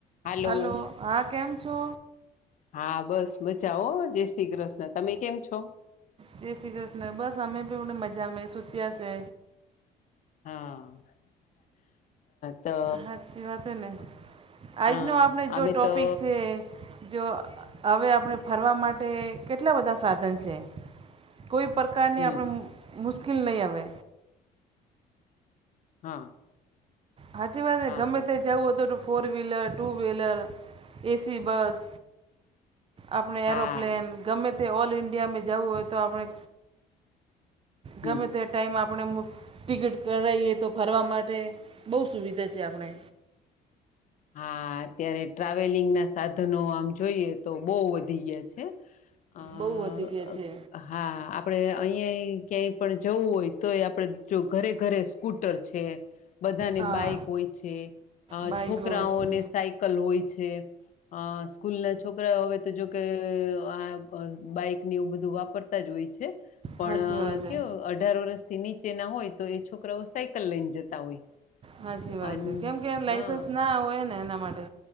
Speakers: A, on the left (about 50°); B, on the right (about 35°).
A: હાલો
B: hello હા કેમ છો
A: હા બસ મજા હો જય શ્રી કૃષ્ણ તમે કેમ છો
B: જય શ્રી કૃષ્ણ બસ અમે ભીને મજા મે સુત્યા છે.
A: હા તો
B: સાચી વાત હ ને આજનો
A: હા
B: આપણે જો
A: અમે
B: ટોપિક
A: તો
B: છે જો હવે આપણે ફરવા માટે કેટલા બધા સાધન સે. કોઈ પ્રકારની
A: હમ
B: આપણે મુશ્કેલ નહીં આવે.
A: હા
B: હાચી વાત ને
A: હા
B: ગમે
A: હા
B: તા જવું હોય તો four wheeler two wheeler AC bus આપણે
A: હા
B: એરોપ્લેન ગમે તે ઓલ ઈન્ડિયામાં જવું હોય તો આપણે
A: હમ
B: ગમે તે ટાઈમ આપણે ટિકિટ કરાવએ તો ફરવા માટે બહુ સુવિધા છે આપણે
A: હા અત્યારે ટ્રાવેલિંગના સાધનો આમ જોઈએ તો બહુ વધી ગયા છે આ
B: બહુ વધી ગયા છે
A: હા આપડણે અહીં ક્યાંય પણ જવું હોય તોય આપડે જો ઘરે ઘરે સ્કૂટર છે બધાને
B: હા
A: બાઈક હોય છે
B: બાઈકો
A: છોકરાઓને
B: છે
A: સાયકલ હોય છે. અ સ્કૂલ ના છોકરા હવે તો જોકે આ બાઈકની આવું બધું વાપરતા જ હોય છે. પણ
B: સાચી વાત હે
A: કેવુ અઢાર વર્ષથી નીચેના હોય તો એ છોકરાઓ સાયકલ લઈને જતા હોય.
B: સાચી વાત
A: અન
B: હે કેમ કે
A: હા
B: લાઇસન્સ ના હોય ને એના માટે